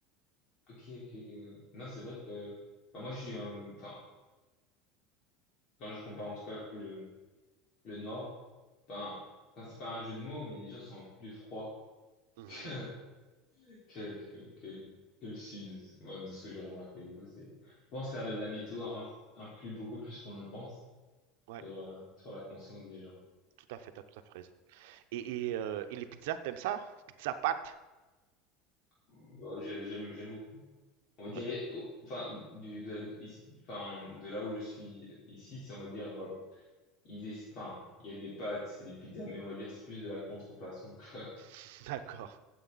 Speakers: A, on the left (about 50°); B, on the right (about 80°).
A: Ok, ok, ok. ouais. Non, c'est vrai que enfin, moi, je suis, euh, enfin, quand je compare en tout cas le le Nord, ben, enfin, c'est pas un jeu de mots, mais les gens sont un peu plus froids
B: Mhm.
A: <laughs> que que que que, que le Sud, moi, de ce que j'ai remarqué. Du coup, c'est, je pense que la, la météo inf- influe beaucoup plus qu'on le pense
B: Ouais,
A: sur euh, sur la conscience des gens.
B: tout à fait, t'as tout à fait raison. Et, et, euh, et les pizzas, t'aimes ça? Pizza pâte?
A: Bon, je- j'aime j'aime beaucoup. On dirait,
B: Ouais.
A: oh, enfin, du de, ici- enfin, de là où je suis ici, si on va dire, on va Ils essa- enfin, il y a des pâtes, c'est des pizzas, mais on va dire que c'est plus de la contrefaçon que,
B: <laughs> D'accord.